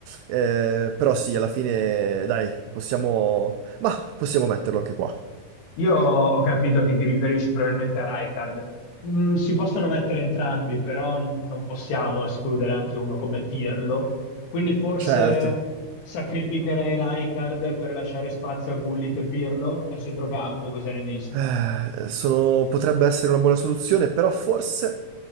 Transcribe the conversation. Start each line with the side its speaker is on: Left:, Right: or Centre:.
Right: eh, però sì, alla fine dai, possiamo, ma possiamo metterlo anche qua.
Left: Io ho capito che ti riferisci probabilmente a Rijkaard. Mm, si possono mettere entrambi, però n- non possiamo escludere anche uno come Pirlo. Quindi forse
Right: Certo.
Left: sacrificherei Rijkaard per lasciare spazio a Gullit e Pirlo al centrocampo, cosa ne dici?
Right: Eh,
Left: Eh,
Right: sono- potrebbe essere una buona soluzione, però forse